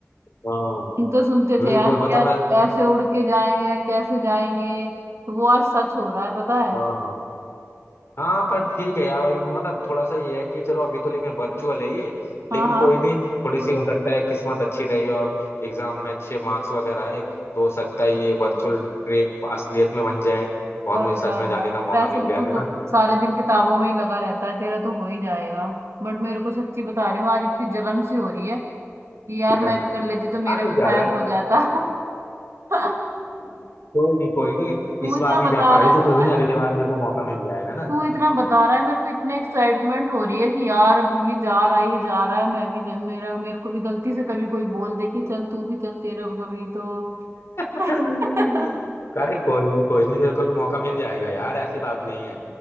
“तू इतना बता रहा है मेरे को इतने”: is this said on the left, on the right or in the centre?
Right